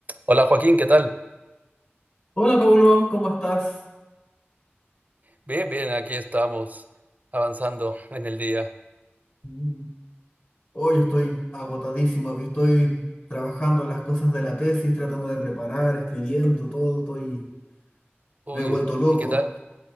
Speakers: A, on the right; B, on the left.
A: Hola Joaquín, ¿qué tal?
B: Hola Paulo, ¿cómo estás?
A: Bien, bien, aquí estamos avanzando en el día.
B: Mm, Hoy estoy agotadísimo, aquí estoy trabajando en las cosas de la tesis, tratando de preparar, escribiendo, todo, estoy...
A: Uy,
B: Me he vuelto loco.
A: ¿y qué tal?